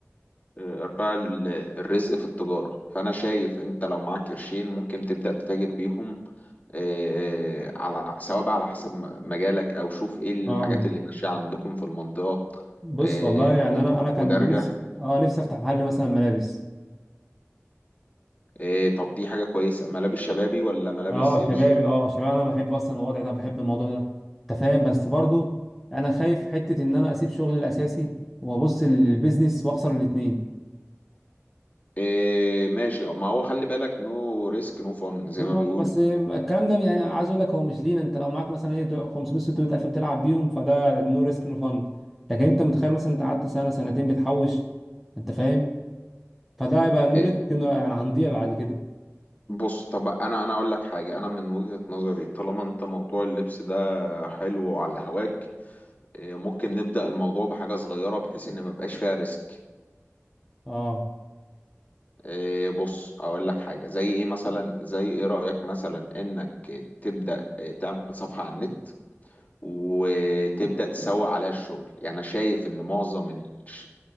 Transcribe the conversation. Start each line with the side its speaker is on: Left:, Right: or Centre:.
Left: أرباع ال- الرزق في التجارة فأنا شايف أنت لو معاك قرشين ممكن تبدأ تتاجر بيهم آه، آه، على سواء بقى على حسب م- مجالك او شوف ايه الحاجات
Centre: اه
Left: اللي ماشيه عندكم في المنطقه
Centre: بص
Left: آه،
Centre: والله يعني انا انا كان
Left: ودرجه
Centre: نفسي اه نفسي افتح محل مثلا ملابس
Left: آه، طب دي حاجه كويسه ملابس شبابي ولا ملابس
Centre: اه
Left: ايه بالظبط
Centre: شبابي اه شبابي انا بحب اصلا الوضع ده بحب الموضوع ده انت فاهم بس برضو انا خايف حته ان انا اسيب شغلي الاساسي وابص للبيزنس واخسر الاثنين
Left: آه، ماشي ما هو خلي بالك نو ريسك نو فن زي
Centre: نو
Left: ما
Centre: فن
Left: بيقولوا
Centre: بس الكلام ده يعني عايز اقول لك هو مش لينا انت لو معاك مثلا ايه 500 600 الف بتلعب بيهم فده نو ريسك نو فن لكن انت متخيل مثلا انت قعدت سنه سنتين بتحوش انت فاهم فده يبقى نو
Left: آه،
Centre: ريسك يعني هنضيع بعد كده
Left: بص طب انا انا اقول لك حاجه انا من وجهه نظري طالما انت موضوع اللبس ده حلو وعلى هواك آه، ممكن نبدا الموضوع بحاجه صغيره بحيث ان ما يبقاش فيها ريسك
Centre: اه
Left: إيه بص اقول لك حاجه زي ايه مثلا زي ايه رايك مثلا انك تبدا إيه، تعمل صفحه على النت وتبدا تسوق عليها الشغل يعني انا شايف ان معظم الش-